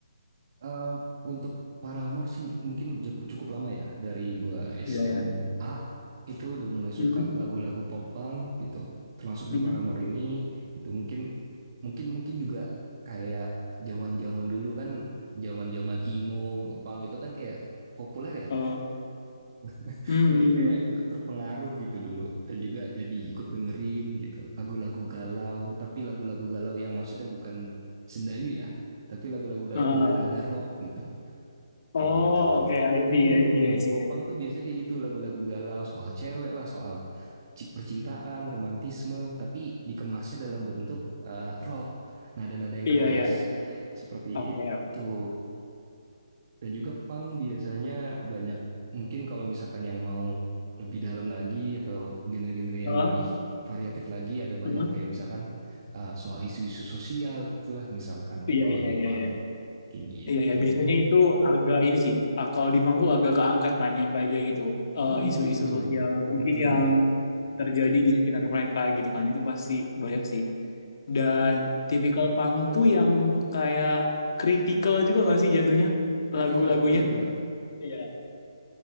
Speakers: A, on the right; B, on the left.
A: Eh, untuk Paramore sih mungkin udah cukup lama ya dari gua SMA
B: Iya, ya.
A: itu udah mulai suka
B: Hmm,
A: lagu-lagu pop punk gitu termasuk di
B: hmm,
A: Paramore ini itu mungkin mungkin mungkin juga kayak zaman-zaman dulu kan zaman-zaman emo punk itu kan kayak populer ya
B: oh,
A: <laughs>
B: hmm,
A: mungkin kayak ikut terpengaruh gitu dulu dan juga jadi ikut dengerin gitu lagu-lagu galau tapi lagu-lagu galau yang maksudnya bukan sendayu ya tapi lagu-lagu galau
B: ah.
A: dengan nada rock gitu kayak
B: oh,
A: gitu.
B: oke, I
A: Mm-mm,
B: see, I see, I see,
A: Popang
B: I see.
A: tuh biasanya kayak gitu lagu-lagu galau soal cewek lah, soal percintaan, romantisme, tapi dikemasnya dalam bentuk eh, rock, nada-nada yang
B: Iya,
A: keras.
B: ya.
A: Seperti
B: Oke,
A: itu. Dan juga punk biasanya banyak mungkin kalau misalkan yang mau lebih dalam lagi atau genre-genre yang
B: Heeh,
A: lebih variatif lagi ada banyak
B: heeh.
A: kayak misalkan eh, soal isu-isu sosial gitulah misalkan
B: Iya,
A: kalau
B: iya,
A: di punk
B: iya, iya.
A: kayak gitu.
B: Iya, iya. Biasanya itu agak ini sih. ah, kalau di Bank tuh agak keangkat kan yang kayak gitu. Eh,
A: Mm,
B: isu-isu
A: betul,
B: sosial mungkin
A: betul.
B: yang terjadi di sekitar mereka gitu kan. Itu pasti banyak sih. Dan tipikal pang tuh yang kayak kritikal juga gak sih jatuhnya
A: Critical,
B: lagu-lagunya?
A: critical.
B: Iya.